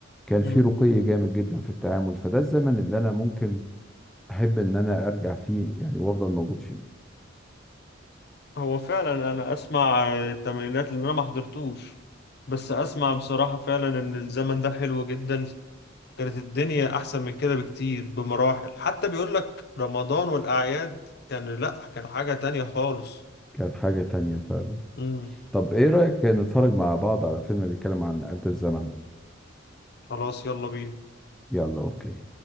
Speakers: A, in the centre; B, on the left.
A: كان
B: مم.
A: في رقي جامد جدا في التعامل فده الزمن اللي انا ممكن احب ان انا ارجع فيه يعني وافضل موجود فيه
B: هو فعلا أنا أسمع التمرينات اللي أنا ما حضرتوش بس أسمع بصراحة فعلا إن الزمن ده حلو جدا كانت الدنيا احسن من كده بكتير بمراحل حتى بيقول لك رمضان والاعياد كان لا كان حاجة تانية خالص
A: كانت حاجة تانية فعلا
B: امم
A: طب ايه رأيك نتفرج مع بعض على فيلم بيتكلم عن آلة الزمن
B: خلاص يلا بينا
A: يلا اوكي